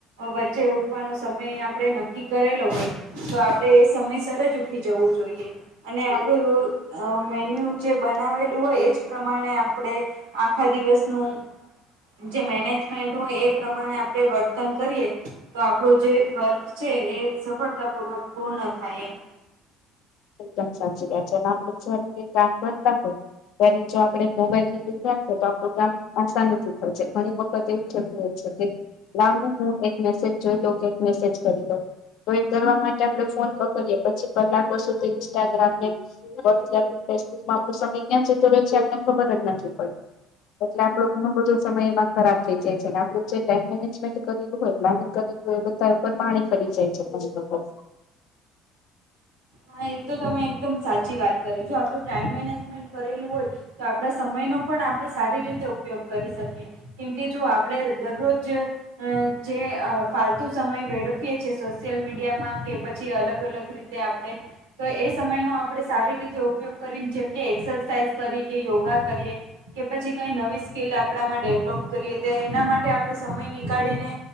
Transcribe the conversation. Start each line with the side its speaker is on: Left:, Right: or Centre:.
Right: વચ્ચે ઉઠવાનો સમય આપડે નક્કી નક્કી કરેલો હોય તો આપડે એ સમયસર જ ઉઠી જવું અને
Left: શકીએ
Right: આપડું મેન્યુ
Left: છીએ
Right: જે બનાવેલું હોય એજ પ્રમાણે આપણે આખા દિવસનું જે મેનેજમેન્ટ હોય એ પ્રમાણે આપણે વર્તન કરીએ. તો આપણું જે વર્ક છે એ સફળતા પૂર્વક પૂર્ણ થાય એમ
Left: એકદમ સાચી વાત છે અને આપણે જે રીતે કામ કરતા હોય ત્યારે જો આપડે મોબાઈલ ની દુર રાખશુ તો આપણું કામ આશા નથી થઈ ઘણી વખત એવું થતું હોય છે કે લાવ ને હું એક મેસેજ જોઈ લઉં કે એક મેસેજ કરી દઉં. તો એ કરવા માટે આપણે ફોન પકડીએ પછી કલાકો સુધી ઇન્સ્ટાગ્રામ ને... <inaudible> ફેસબુકમાં આપનો સમય ક્યાં જતો રહે છે આપને ખબર જ નથી પડતી. એટલે આપણો ઘણ બધો સમય એમાં ખરાબ થઇ જાય છે અને આપણું જે ટાઈમ મેનેજમેન્ટ કરેલું હોય. પ્લાનિંગ કરેલું હોય એ બધા ઉપર પાણી ફરી જાય છે.
Right: હા એ તો તમે એકદમ સાચી વાત કરી. જો આપડું ટાઈમ મેનેજમેન્ટ કરેલું હોય, તો આપડા સમયનો પણ આપણે સારી રીતે ઉપયોગ કરી શકીએ. કેમ કે જો આપડે દરરોજ. અ જે અ ફાલતુ સમય વેડફિએ છીએ સોશિયલ મીડિયામાં કે પછી અલગ અલગ રીતે તે આપણે. તો એ સમયનો આપણે સારી રીતે ઉપયોગ કરીને જેમકે, એક્સરસાાઈઝ કરી કે યોગા કરીએ. કે પછી કઈ નવી સ્કીલ આપ. આડમાં ડેવલોપ કરીએ તો એના માટે આપણેે સમય નીકાળીને